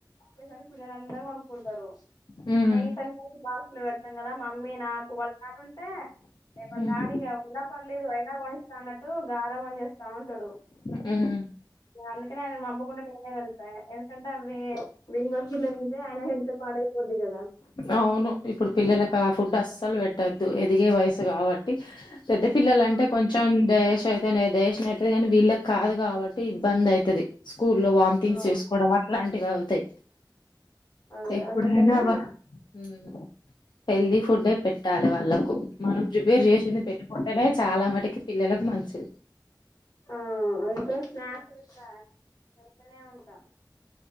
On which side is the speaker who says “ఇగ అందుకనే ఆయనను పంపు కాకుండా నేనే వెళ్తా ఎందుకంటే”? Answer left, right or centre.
Left